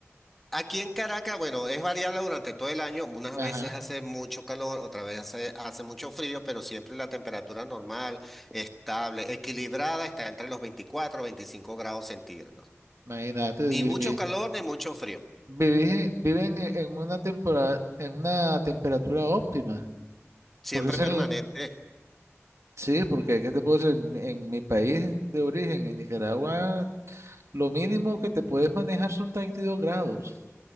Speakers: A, in the centre; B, on the right (about 75°).
A: aquí en Caracas, bueno, es variable durante todo el año, unas
B: Ajá,
A: veces hace mucho calor, otras veces hace, hace mucho frío, pero siempre la temperatura normal, estable, equilibrada, está entre los veinticuatro, y 25 grados centígrados.
B: imagínate,
A: Ni
B: vivir.
A: mucho calor ni mucho frío,
B: Viven, viven en una temporada, en una temperatura óptima,
A: siempre
B: porque esa
A: permanente
B: es la, Sí, porque ¿qué te puedo decir? En, mi en mi país de origen, en Nicaragua, lo mínimo que te puedes manejar son 32 grados.